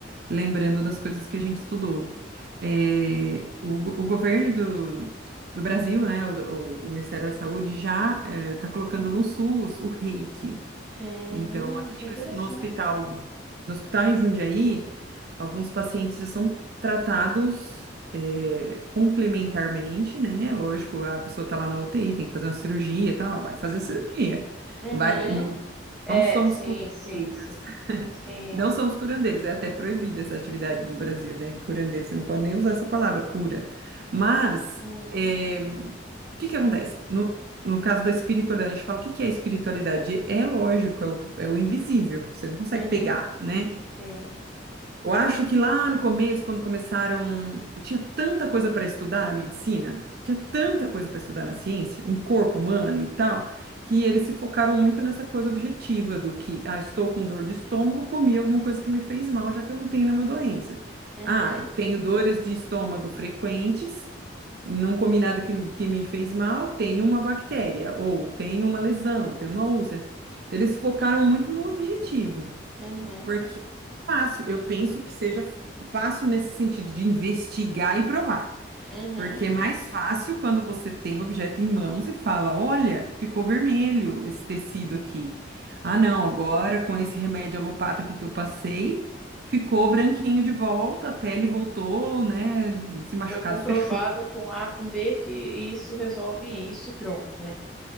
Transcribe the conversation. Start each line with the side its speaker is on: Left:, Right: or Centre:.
Right: lembrando das coisas que a gente estudou. É, o, o governo do, do Brasil, né, o, o- Ministério da Saúde já está colocando no SUS o reiki.
Centre: hum,
Right: Então, aqui
Centre: que interessante.
Right: no, no hospital, no hospital em Jundiaí, alguns pacientes já são tratados é, complementarmente, né? Lógico, a pessoa está lá na UTI, tem que fazer uma cirurgia, tá ela vai fazer cirurgia.
Centre: Uhum.
Right: Vai, não,
Centre: É,
Right: não somos
Centre: sim,
Right: curadeiros.
Centre: sim, sim. Sim.
Right: Não são os curandeiros, é até proibida essa atividade no Brasil, né? Curandeiro, você não pode nem usar essa palavra, cura. Mas,
Centre: Uhum. Uhum.
Right: é, o que que acontece? No, no caso da espiritualidade, a gente fala o que que é espiritualidade? É lógico, é o, é o invisível, você não consegue
Centre: Uhum.
Right: pegar, né?
Centre: Sim.
Right: Eu acho que lá no começo, quando começaram, eu tinha tanta coisa para estudar na medicina, tinha tanta coisa para estudar na ciência, no corpo humano e tal, que eles se focaram muito nessa coisa objetiva do que, ah, estou com dor de estômago, comi alguma coisa que me fez mal, já que eu não tenho nenhuma doença.
Centre: Uhum.
Right: Ah, eu tenho dores de estômago frequentes, não comi nada que, que me fez mal, tenho uma bactéria, ou tenho uma lesão, tenho uma úlcera. Então, eles focaram muito no objetivo.
Centre: Uhum.
Right: Porque é fácil, eu penso que seja fácil nesse sentido de investigar e provar.
Centre: Uhum.
Right: Porque é mais fácil quando você tem o objeto em mãos e fala: olha, ficou vermelho esse tecido aqui. Ah, não, agora com esse remédio alopata aqui que eu passei, ficou branquinho de volta, a pele voltou, né? Esse machucado
Centre: Foi comprovado
Right: fechou.
Centre: com A, com B, que isso resolve isso e pronto, né?